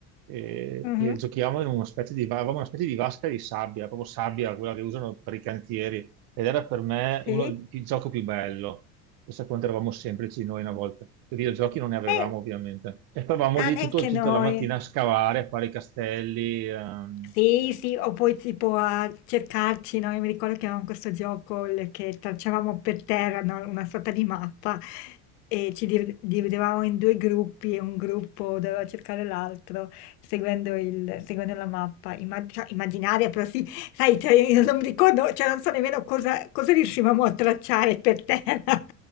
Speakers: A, on the right; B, on the left.
A: eh,
B: mh-mh,
A: che giochiamo in una specie di, va- avevamo una specie di vasca di sabbia, proprio sabbia, quella che usano per i cantieri. Ed era per me
B: sì.
A: uno, il gioco più bello. Pensa quanto eravamo semplici noi una volta. I videogiochi non ne avevamo
B: E
A: ovviamente. E stavamo
B: ah,
A: lì
B: neanche
A: tutto- tutta
B: noi.
A: la mattina a scavare, a fare i castelli. ehm.
B: Sì, sì, o poi tipo a cercarci, no? Io mi ricordo che avevamo questo gioco il- che tracciavamo per terra, no? Una sorta di mappa e ci div- dividevamo in due gruppi e un gruppo doveva cercare l'altro seguendo, il- seguendo la mappa, Imma- cioè, immaginaria, però sì, sai, cioè, io non mi ricordo, cioè non so nemmeno cosa, cosa riuscivamo a tracciare per terra, <laughs>